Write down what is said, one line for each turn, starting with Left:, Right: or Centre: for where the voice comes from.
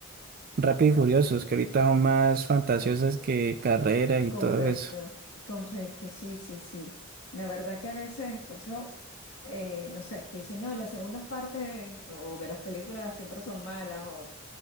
Right: Rápido y Furiosos, que ahorita son más fantasiosas que carreras y
Left: Correcto,
Right: todo eso.
Left: correcto, sí, sí, sí. La verdad que a veces, por eso, eh, no sé, que dicen, no, las segundas partes o de las películas siempre son malas, o...